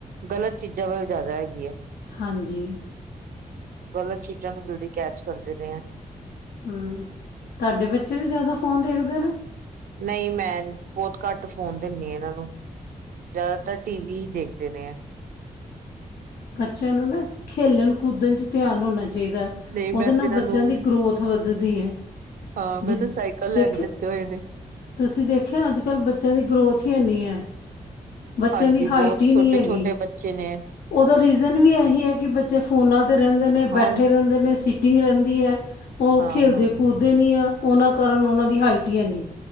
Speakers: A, on the right; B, on the left.
A: ਗ਼ਲਤ ਚੀਜ਼ਾਂ ਵੱਲ ਜਾਦਾ ਹੈਗੀ ਹੈ।
B: ਹਾਂਜੀ
A: ਗ਼ਲਤ ਚੀਜ਼ਾਂ ਨੂੰ ਜਿਲਦੀ ਕੈਚ ਕਰਦੇ ਨੇ ਏਹ।
B: ਹੂੰ ਤੁਹਾਡੇ ਬੱਚੇ ਵੀ ਜਾਦਾ ਫੋਨ ਦੇਖਦੇ ਨੇ?
A: ਨਈ ਮੈਂ ਬੌਤ ਘੱਟ ਫੋਨ ਦਿੰਨੀ ਆ ਇਹਨਾਂ ਨੂੰ। ਜ਼ਿਆਦਾਤਰ ਟੀ ਵੀ ਹੀ ਦੇਖਦੇ ਨੇ ਏਹ।
B: ਬੱਚਿਆਂ ਨੂੰ ਨਾ ਖੇਲਣ ਕੂਦਣ ਚ ਧਿਆਨ ਹੋਣਾ ਚਾਹੀਦਾ
A: ਨਹੀਂ
B: ਉਹਦੇ
A: ਮੈਂ
B: ਨਾਲ
A: ਤੇ ਇਹਨਾਂ
B: ਬੱਚਿਆਂ
A: ਨੂੰ
B: ਦੀ ਗਰੋਥ ਵਧਦੀ ਹੈ।
A: ਹਾਂ ਮੈਂ
B: ਜਿੱਦ
A: ਤੇ ਸਾਈਕਲ ਲੈ
B: ਦੇਖ
A: ਕੇ ਦਿੱਤੇ ਹੋਏ ਨੇ।
B: ਤੁਸੀਂ ਦੇਖਿਆ ਅੱਜ ਕੱਲ੍ਹ ਬੱਚਿਆਂ ਦੀ ਗਰੋਥ ਹੀ ਹੈਨੀ ਹੈ। ਬੱਚਿਆਂ
A: ਹਾਂਜੀ
B: ਦੀ ਹਾਈਟ
A: ਬਹੁਤ
B: ਹੀ
A: ਛੋਟੇ-ਛੋਟੇ
B: ਨੀ ਹੈਗੀ।
A: ਬੱਚੇ ਨੇ
B: ਉਹਦਾ ਰੀਜ਼ਨ ਵੀ ਇਹੀ ਹੈ ਕਿ ਬੱਚੇ ਫੋਨਾਂ ਤੇ ਰਹਿੰਦੇ ਨੇ, ਬੈਠੇ
A: ਹਾਂ,
B: ਰਹਿੰਦੇ ਨੇ ਸੀ ਟਿੰਗ ਰਹਿੰਦੀ ਹੈ ਉਹ
A: ਹਾਂ-ਹਾਂ।
B: ਖੇਡਦੇ ਕੂਦਦੇ ਨੀ ਆ ਉਹਨਾਂ ਕਾਰਨ ਉਹਨਾਂ ਦੀ ਹਾਈਟ ਹੀ ਹੈ ਨੀ।